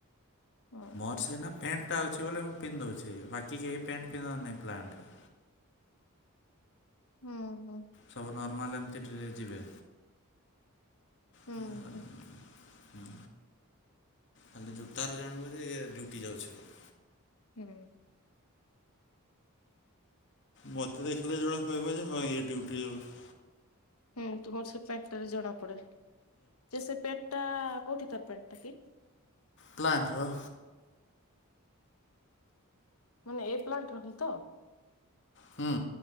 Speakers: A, on the left (about 80°); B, on the left (about 55°).
A: ହଁ
B: ମୋରସେ ନା ପ୍ୟାଣ୍ଟ ଟା ଅଛି ବୋଲି ମୁଁ ପିନ୍ଧ ଦଉଛି ବାକି କେହି ପ୍ୟାଣ୍ଟ ପିନ୍ଧ ନାହିଁ ପ୍ଲାଣ୍ଟରେ।
A: ହୁଁ ହୁଁ।
B: ସବୁ ନର୍ମାଲ ଏମିତି ଡ୍ରେସ ଯିବେ।
A: ହୁଁ
B: ହଁ
A: ହୁଁ
B: ଖାଲି ଜୁତାରୁ ଜାଣିବ ଏ ଡ୍ୟୁଟି ଯାଉଚି ବୋଲି।
A: ହୁଁ।
B: ମତେ ଦେଖିଲେ ଜଣ କହିବ ଯେ ହଁ ଇଏ ଡ୍ୟୁଟି ଯାଉଚି।
A: ହୁଁ ତୁମର ସେ ପ୍ୟାଣ୍ଟ ଟାରେ ଜଣା ପଡେ ଯେ ସେ ପଣ୍ଟ ଟା କଉଠି କରପଣ୍ଟଟକି?
B: ପ୍ଲାଣ୍ଟର।
A: ମାନେ ଏ ପ୍ଲାଣ୍ଟ ର ହି ତ?
B: ହୁଁ